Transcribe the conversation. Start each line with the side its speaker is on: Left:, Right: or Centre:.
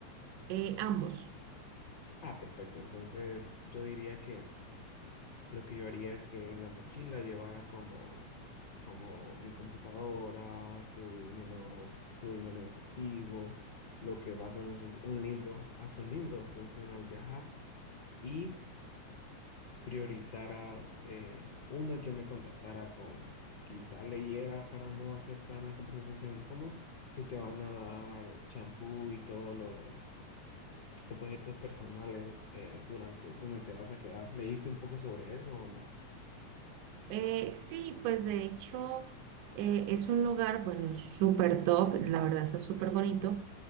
Right: Eh, ambos.
Left: Ah, perfecto. Entonces yo diría que Lo que yo haría es que en la mochila llevara como, como mi computadora, tu dinero, tu dinero en efectivo, lo que vas a necesitar, un libro, hasta un libro funciona al viajar y priorizaras, eh, una, yo me contactara con, quizá leyera para no hacer tan la conversación tan incómoda, si te van a dar champú y todo lo de objetos personales eh, durante donde te vas a quedar. ¿Leíste un poco sobre eso o no?
Right: Eh, sí, pues de hecho eh, es un lugar, bueno, súper top, la verdad está súper bonito.